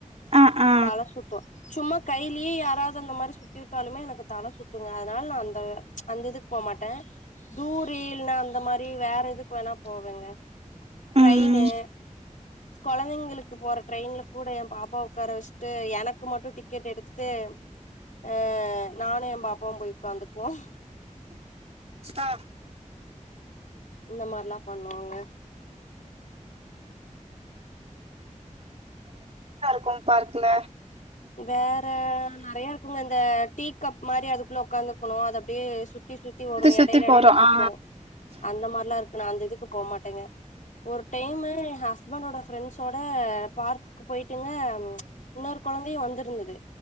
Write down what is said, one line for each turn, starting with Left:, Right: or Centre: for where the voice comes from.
Right: ஆ ஆ
Left: தல சுத்து சும்மா கையிலியே யாராது அந்த மாரி சுத்தி விட்டாலுமே எனக்கு தல சுத்துங்க அதனால நா அந்த அந்த இதுக்கு போ மாட்டே தூரி இல்லன்னா அந்த மாரி வேற எதுக்கு வேணா போவேங்க ட்ரெயின்னு
Right: ம்
Left: கொழந்தைங்களுக்கு போற ட்ரெயின்ல கூட ஏ பாப்பாவ உக்கார வச்சிட்டு எனக்கு மட்டு டிக்கெட் எடுத்துட்டு ஆ நானு ஏ பாப்பாவு போய் உக்காந்துக்குவோ
Right: ஆ
Left: இந்த மாரிலா பண்ணுவோங்க
Right: நல்லா இருக்கு பார்க்ல
Left: வேற நெறையா இருக்குங்க இந்த டீ கப் மாரி அதுக்குள்ள உக்காந்துக்கணு அது அப்டியே சுத் சுத்தி சுத்தி வரு
Right: சுத்தி
Left: எடேல எடேல
Right: போறோ
Left: சுத்து
Right: ஆ
Left: அந்த மாரிலா இருக்கு நா அந்த இதுக்கு போ மாட்டேங்க ஒரு டைமு ஏ ஹஸ்பண்டோட ஃப்ரெண்ட்ஸோட பார்க் போயிட்டுங்க இன்னொரு கொழந்தையு வந்துருந்துது